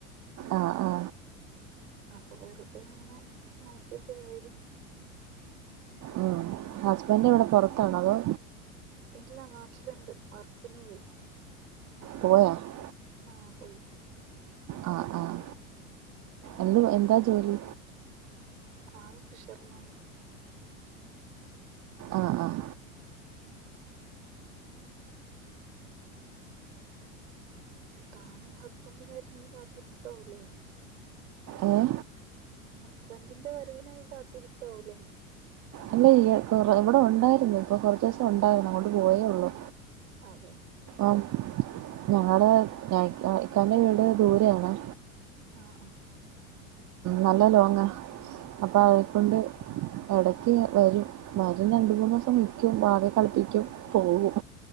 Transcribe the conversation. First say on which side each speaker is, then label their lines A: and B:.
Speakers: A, on the right; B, on the right.
A: ആ ആ..
B: അപ്പൊ വെറുതെ ഇങ്ങനെ നോക്കിയപ്പോഴായിരുന്നു.
A: ഉം.. ഹസ്ബൻഡ് ഇവിടെ പുറത്താണോ അതോ?
B: ഇല്ല നാട്ടിലുണ്ട് വർക്കിനു പോയി
A: പോ <unintelligible>
B: ആഹ പോയി.
A: ആ ആഹ എ എന്താ ജോലി?
B: ആ ഫിഷർമാൻും.
A: ആഹ ആഹ.
B: താന് ഹസ്ബൻഡ് വരുന്നെ കാത്തിരിക്കാവല്ലേ
A: ഏഹ്
B: ഹസ്ബൻറിന്റെ വരവിനായി കാത്തിരിക്കാവൂല്ലേ
A: അല്ല യേ ഇവിടെ ഉണ്ടായിരുന്നു ഇപ്പൊ കുറച്ച ദിവസം ഉണ്ടായിരുന്നു അങ്ങൊണ്ട് പോയേ ഉള്ളൂ
B: അതെ
A: ആം ഞങ്ങള് ഞാ ഇക്കാന്റെ വീട് ദൂരെ ആണേ
B: ആഹ് ആഹ്
A: നല്ല ലോങ്ങാ അപ്പം
B: അതെ
A: അതെക്കൊണ്ട് ഇടക്ക് വരും മരും രണ്ട് മൂന്ന് ദിവസം നിക്കും വാവെ കളിപ്പിക്കും പോകും